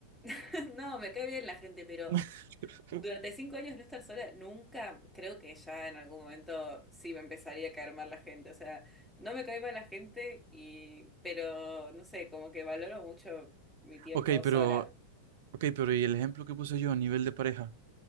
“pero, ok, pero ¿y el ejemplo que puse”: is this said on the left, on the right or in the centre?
Right